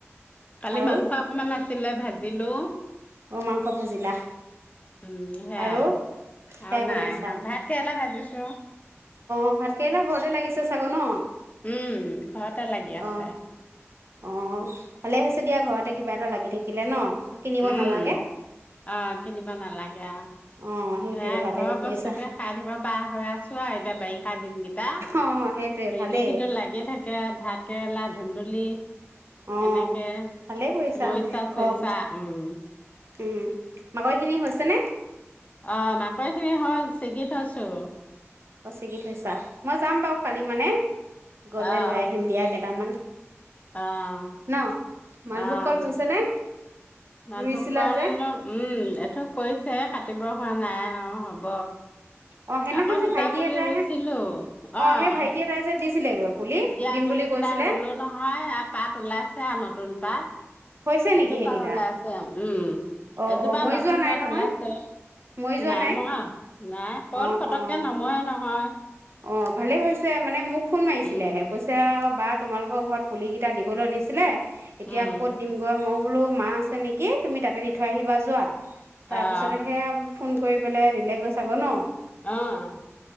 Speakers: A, on the left (about 30°); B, on the right (about 60°).
A: কালি
B: আৰু
A: মাংস অকমান আছিলে ভা জিলো
B: অ মাংস ভাজিলা
A: উম সেয়াই
B: আৰু খেৰ
A: আৰু নাই
B: বনাইছা অ
A: ভাত কেৰেলা ভাজিছো
B: অ ভাতকেইলা ঘৰতে লাগি ছে ছাগৌ ন
A: উম ঘৰতে লাগি আছে
B: অ অ' ভালে হৈছে দিয়া, ঘৰতে কিবা এটা লাগি থাকিলে ন। কিনিব
A: উম,
B: নালাগে
A: আহ, কিনিবা নালাগে আও।
B: অ সেইটোয়ে
A: এয়া,
B: ভালে
A: ঘৰৰ
B: কৰিছা
A: বস্তুকে খাই থাকিব পাৰা হৈ আছো আৰু এতিয়া বাৰিষা দিন। ইটো-সিটো
B: অ সেইটোয়ে ভালেই
A: লাগি থাকে আ। ভাত কেৰেলা, ধুন্দুলি,
B: অ
A: এনেকে
B: ভালে কৰিছা
A: মৰিচা-চইচা।
B: ঘৰ
A: উম।
B: উম, মাকৈ খিনি হৈছে নে?
A: অ' মাকৈ খিনি হ'ল, ছিগি থৈছোঁ।
B: অ' ছিগি থৈছা? মই যাম বাৰু কালি মানে, গ'লে
A: আহ
B: লৈ আহিম দিয়া কেইটামান।
A: আহ।
B: ন মালভোগ
A: আহ
B: কল হৈছে নে?
A: মালভোগ
B: ৰুইছিলা
A: কল
B: যে
A: উম এথোক পৰিছে কাটিব হোৱা নাই <unintelligible> হ
B: অ সেইদিনাখন
A: আকৌ
B: যে
A: দুটা
B: ভাইটি
A: পুলি
B: এটাই
A: ৰুইছিলো অ <unintelligible>
B: সেই ভাইটি এটাই যে দিছিলেগৈ পুলি
A: দিয়া
B: দিম
A: পুলি
B: বুলি
A: কেইটা
B: কৈছিলে
A: ৰুলো নহয়, আৰু পাত ওলাইছে আৰু নতুন। <unintelligible> পাট <inaudible>
B: হৈছে নেকি
A: এজোপা
B: সেইকেইটা
A: ওলাইছে উম
B: অ
A: এজোপা
B: অ মৰি
A: নতুন
B: যোৱা নাই
A: পাত
B: নহয়
A: ওলাইছে,
B: মৰি যোৱা
A: নাই মৰা নাই কল
B: অ
A: পতককে
B: অ
A: নমৰে নহয়। <unintelligible>
B: অ ভালেই হৈছে মানে মোক। <unintelligible> ফোন মাৰিছিলে
A: উম
B: কৈছে বাট। <unintelligible> তোমালোকৰ ঘৰত পুলি কেইটা দিবলৈ দিছিলে। <unintelligible> এতিয়া
A: উম
B: কত দিম গৈ মই। <unintelligible> বোলো মা আছে নেকি তুমি তাতে দি থৈ আহিবা যোৱা। <unintelligible> তাৰ
A: আহ
B: পিছত সেয়া। <unintelligible> ফোন কৰি পেলাই দিলে গৈ আগৌ ন <unintelligible>
A: অ <inaudible>